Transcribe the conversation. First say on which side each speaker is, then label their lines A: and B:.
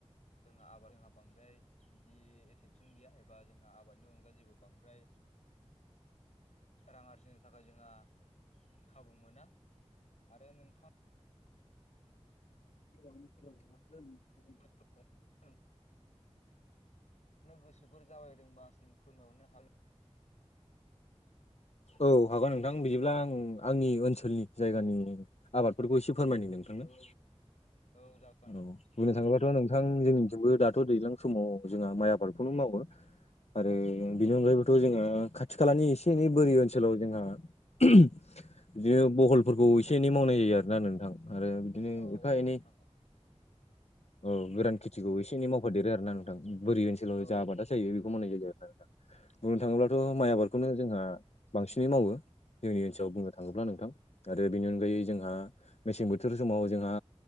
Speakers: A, on the left; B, on the left.
A: जोंहा आबाद जोंहा बांद्राय बिदि एतेन सन गैया एबा जोंहा आबादनि अनगा जेबो बांद्राय रां आरजिनो थाखाय जोंहा खाबु मोना आरो नोंथां
B: <inaudible>
A: <unintelligible> गोसोफोर जाबायदोंबासिम फोरमायहरनो हा
B: औ हागोन नोंथां बिदिब्ला आं आंनि ओनसोलनि जायगानि आबादफोरखौ एसे फोरमायनि नोंथांनो।
A: औ जा
B: औ बुंनो थांङोबाथ' नोंथां जोंनिथिंबो दा थ' दैज्लां समाव जोंहा माइ आबादखौनो मावो आरो बेनि अनगायैबोथ' जोङो खा खाथि खालानि एसे एनै बोरि ओनसोलाव जोंहा <unintelligible> बिदिनो बहलफोरखौ एसे एनै मावनाय जायो आरोना नोंथां आरो बिदिनो
A: औ औ
B: एफा एनै
A: नोंथां औ।
B: औ गोरान खेथिखौ एसे एनै मावफादेरो आरोना नोंथां बोरि ओनसोलाव
A: औ
B: जा आबादा जायो बेखौ मावनाय जायो आरोना नोंथां।
A: औ
B: बुंनो थाङोब्लाथ' माइ आबादखौनो जोंहा बांसिनै मावो। जोंनि ओनसोलाव बुंनो थाङोब्ला नोंथां आरो बेनि अनगायै जोंहा मेसें बोथोर समाव जोंहा